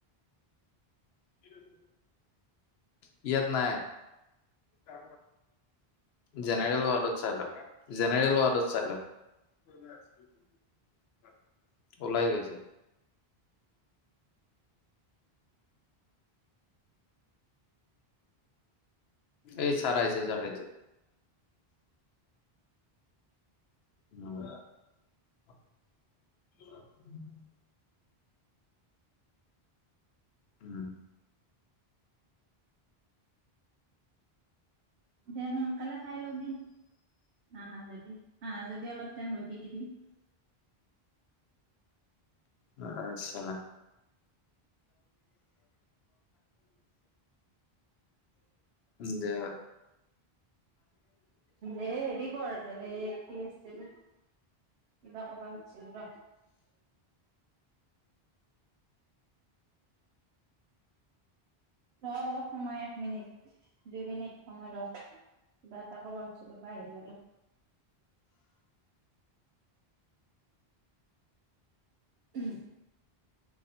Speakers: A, on the left; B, on the right.
A: <inaudible> ইয়াত নাই, জা জেনেৰেল ৱাৰ্ডত চাইলক জেনেৰেল ৱাৰ্ডত চাইলক। ওলাই গৈছে। এই চাৰ আহিছে জাৰাইট। উ উম।
B: দে সোনকালে খাই লবি। আহা যদি আহ যদি অলপ টেম ৰখি দিবি।
A: আচছা ন, দে।
B: এ হেৰি কৰ যে এ কি আছিল কিবা কব হছিল ৰ হ ৰ অলপ সময় এক মিনিট দুই মিনিট সময় ৰ, কিবা এটা কব খুজছিলো পাহৰি গলো। উ।